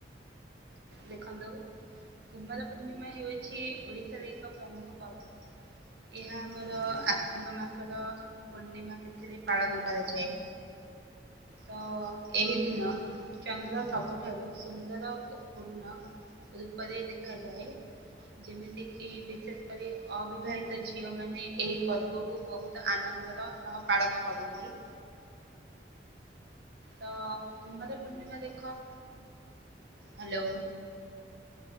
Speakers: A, on the right (about 65°); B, on the left (about 55°).
A: ଦେଖନ୍ତୁ କୁମାର ପୂର୍ଣ୍ଣିମା ହେଉଛି ଓଡିଶାରେ ଏକ ପ୍ରମୁଖ ପର୍ବ। ଏହା ଆମର
B: ହୁଁ, ଠିକ୍ ଅଛି
A: ଆଶ୍ୱିନ ମାସର। ପୂର୍ଣ୍ଣିମା ତିଥିରେ ପାଳନ କରାଯାଏ। ତ ଏହି ଦିନ ଚନ୍ଦ୍ର ସବୁଠାରୁ ସୁନ୍ଦର ଓ ପୂର୍ଣ୍ଣ ରୂପରେ ଦେଖାଯାଏ। ଯେମିତି କିି ବିଶେଷ କରି ଅବିବାହିତା ଝିଅ ମାନେ ଏହି ପର୍ବ। କୁ ବହୁତ ଆନନ୍ଦର ସହ ପାଳନ କରନ୍ତି। ତ କୁମାର ପୂର୍ଣ୍ଣିମା ଦେଖ ହାଲୋ।